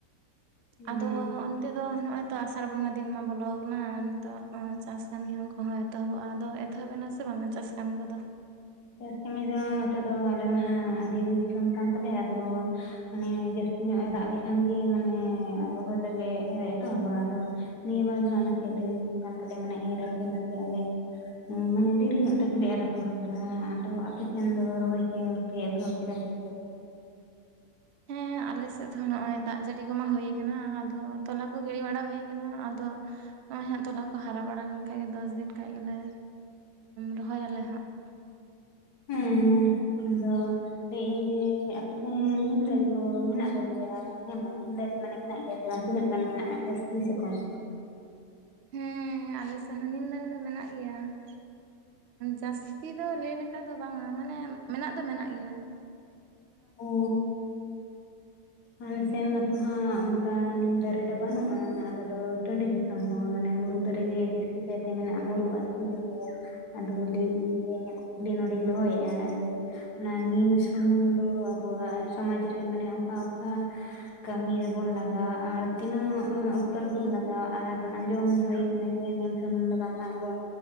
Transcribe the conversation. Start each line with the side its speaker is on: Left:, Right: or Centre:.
Left: ᱦᱩᱸ
Right: ᱟᱫᱚ ᱱᱤᱛᱚᱜ ᱫᱚ ᱱᱚᱜᱼᱚᱭ ᱛᱚ ᱟᱥᱟᱲ ᱵᱚᱸᱜᱟ ᱫᱤᱱ ᱢᱟ ᱵᱚᱞᱚ ᱟᱠᱟᱱᱟ, ᱱᱤᱛᱚᱜ ᱪᱟᱥ ᱠᱟᱹᱢᱤ ᱦᱚᱸᱠᱚ <unintelligible> ᱮᱛᱚᱦᱚᱵᱚᱜᱼᱟ, ᱟᱫᱚ ᱮᱛᱚᱦᱚᱵ ᱮᱱᱟ ᱥᱮ ᱵᱟᱝᱟ ᱪᱟᱥ ᱠᱟᱹᱢᱤ ᱠᱚᱫᱚ?
Left: ᱪᱟᱥ ᱠᱟᱹᱢᱤ ᱫᱚ ᱱᱚᱛᱮ ᱫᱚ ᱟᱞᱮ ᱢᱟ ᱫᱷᱤᱨᱤ ᱫᱤᱥᱚᱢ ᱠᱟᱱ ᱛᱟᱞᱮᱭᱟ ᱟᱫᱚ ᱢᱟᱱᱮ ᱡᱟᱹᱥᱛᱤ ᱧᱚᱜ ᱮ ᱫᱟᱜ ᱞᱮᱠᱷᱟᱱ ᱜᱮ, ᱢᱟᱱᱮ ᱨᱚᱦᱚᱭ ᱫᱚᱞᱮ ᱮᱛᱚᱦᱚᱵᱟ ᱟᱫᱚ ᱱᱤᱭᱟᱹ ᱵᱟᱨ ᱫᱚ ᱦᱟᱸᱜ ᱱᱟᱥᱮᱭᱟᱜ ᱫᱮᱨᱤ ᱠᱟᱱ ᱛᱟᱞᱮ ᱢᱟᱱᱮ ᱮᱨ ᱟᱯᱷᱚᱨ ᱱᱟᱥᱮᱭᱟᱜ ᱞᱮ ᱦᱮᱸ, ᱢᱟᱱᱮ ᱫᱮᱨᱤ ᱧᱚᱜ ᱛᱮᱜᱮᱞᱮ ᱮᱨ ᱟᱯᱷᱚᱨ ᱠᱟᱫᱟ᱾ ᱟᱫᱚ ᱟᱯᱮ ᱥᱮᱱ ᱫᱚ ᱨᱚᱦᱚᱭ ᱜᱮᱯᱮ ᱮᱛᱚᱦᱚᱵ ᱠᱮᱫᱟ ᱥᱮ?
Right: ᱦᱮᱸ, ᱟᱞᱮ ᱥᱮᱫ ᱦᱚᱸ ᱱᱚᱜᱼᱚᱭ ᱫᱟᱜ ᱡᱟᱹᱲᱤ ᱠᱚᱢᱟ ᱦᱩᱭ ᱠᱟᱱᱟ, ᱟᱫᱚ ᱛᱚᱞᱟ ᱠᱚ ᱜᱤᱰᱤᱤ ᱵᱟᱲᱟ ᱦᱩᱭ ᱟᱠᱟᱱᱟ ᱟᱫᱚ ᱱᱚᱜᱼᱚᱭ ᱦᱟᱸᱜ ᱛᱚᱞᱟ ᱠᱚ ᱦᱟᱨᱟ ᱵᱟᱲᱟ ᱞᱮᱱᱠᱟᱡ ᱜᱮ ᱫᱚᱥᱫᱤᱱ ᱠᱷᱟᱱ ᱜᱮᱞᱮ ᱨᱚᱦᱚᱭ ᱟᱞᱮ ᱦᱟᱸᱜ ᱾
Left: ᱦᱮᱸ ᱦᱮᱸ ᱟᱫᱚ ᱞᱟᱹᱭᱮᱫ ᱟᱹᱧ ᱡᱮ ᱟᱯᱮ ᱴᱷᱮᱱ ᱱᱤᱢ ᱫᱟᱨᱮ ᱠᱚ ᱢᱮᱱᱟᱜ ᱠᱚ ᱜᱮᱭᱟ? ᱦᱮᱸ ᱢᱟᱹᱭ ᱱᱤᱢ ᱫᱟᱨᱮ ᱢᱟᱱᱮ ᱢᱮᱱᱟᱜ ᱜᱮᱭᱟ ᱥᱮ ᱵᱟᱝ ᱛᱤᱱᱟᱹ ᱜᱟᱱ ᱢᱮᱱᱟᱜᱼᱟ, ᱡᱟᱹᱥᱛᱤ ᱥᱮ ᱠᱚᱢ?
Right: ᱦᱩᱸ, ᱟᱞᱮ ᱥᱮᱱ ᱦᱚᱸ ᱱᱤᱢ ᱫᱟᱨᱮ ᱫᱚ ᱢᱮᱱᱟᱜ ᱜᱮᱭᱟ ᱾ ᱡᱟᱹᱥᱛᱤ ᱫᱚ ᱞᱟᱹᱭ ᱞᱮᱠᱷᱟᱡ ᱫᱚ ᱵᱟᱝᱼᱟ, ᱢᱟᱱᱮ ᱢᱮᱱᱟᱜ ᱫᱚ ᱢᱮᱱᱟᱜ ᱜᱮᱭᱟ ᱾
Left: ᱚ ᱟᱞᱮ ᱥᱮᱱ ᱢᱟᱛᱚ ᱦᱟᱸᱜ ᱚᱱᱠᱟ ᱱᱤᱢ ᱫᱟᱨᱮ ᱫᱚ ᱵᱟᱹᱱᱩᱜᱼᱟ, ᱟᱞᱮᱫᱚ ᱴᱟᱺᱰᱤ ᱛᱮ ᱫᱤᱥᱚᱢ ᱦᱚᱲ᱾ ᱢᱟᱱᱮ ᱢᱩᱨᱩᱫ ᱫᱟᱨᱮᱜᱮ ᱡᱟᱹᱥᱛᱤ ᱠᱟᱭᱛᱮ ᱢᱮᱱᱟᱜᱼᱟ ᱢᱩᱨᱩᱜ ᱟᱨ ᱠᱷᱤᱡᱩᱨ ᱨᱮ ᱟᱫᱚ ᱞᱟᱹᱭᱮᱫᱟᱹ ᱡᱮ ᱤᱧᱟᱹᱜ ᱠᱩᱠᱞᱤ ᱱᱚᱸᱰᱮᱧ ᱫᱚᱦᱚᱭᱮᱫᱼᱟ ᱡᱮ ᱚᱱᱟ ᱱᱤᱢ ᱥᱩᱱᱩᱢ ᱫᱚ ᱟᱵᱚᱣᱟᱜ ᱥᱚᱢᱟᱡᱽ ᱨᱮ ᱢᱟᱱᱮ ᱚᱠᱟ ᱚᱠᱟ ᱠᱟᱹᱢᱤ ᱨᱮᱵᱚᱱ ᱞᱟᱜᱟᱣᱟ ᱟᱨ ᱛᱤᱱᱟᱹᱜ ᱚᱠᱛᱚ ᱨᱮᱵᱚᱱ ᱞᱟᱜᱟᱣᱟ ᱟᱨ ᱟᱸᱡᱚᱢ ᱦᱩᱭ ᱟᱠᱟᱱᱟ ᱡᱮ ᱱᱤᱢ ᱥᱩᱱᱩᱢ ᱫᱚ ᱵᱟᱝᱼᱟ ᱟᱵᱚᱣᱟᱜ